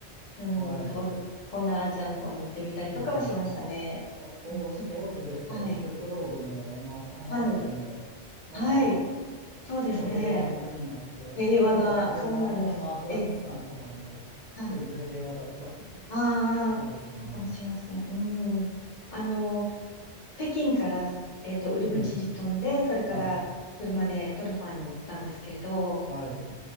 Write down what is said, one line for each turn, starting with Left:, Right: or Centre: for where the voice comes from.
Left: うん、
Right: はい。
Left: 東、東南アジアの方に行ってみたりとかはしましたね。
Right: うん。じゃあ、当当時でしたらシルクロードも、
Left: うん、そ、はい、
Right: あの、あの辺りも、
Left: はい、
Right: まだ
Left: はい、そうですね。
Right: 結構平和な国あって、
Left: 平和な、
Right: なんか全然、
Left: そうなんです。
Right: あの、アフガニスタンとかも全然平和だった
Left: ええ、はい。ああ、
Right: 頃でしょうね。
Left: そうかもしれません。うん。あの、北京から、えっと、ウルムチに飛んで、
Right: うん。
Left: それから車でトルファンに行ったんですけれど、
Right: はい、はい。